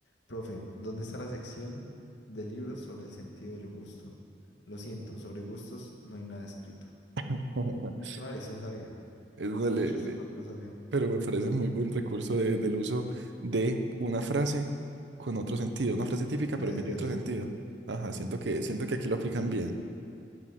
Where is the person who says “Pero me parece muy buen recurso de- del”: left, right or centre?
Right